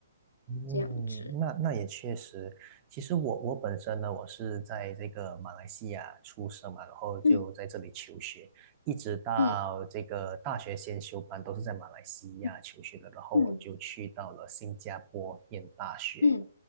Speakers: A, on the right; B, on the left.
A: 嗯，
B: 这样子。
A: 那那也确实。其实我我本身呢，我是在这个马来西亚出生嘛，然后就在这里求学，
B: 嗯
A: 一直到这个大学先修班都是在马来西亚求学的，
B: 嗯嗯
A: 然后我就去到了新加坡念大学
B: 嗯嗯。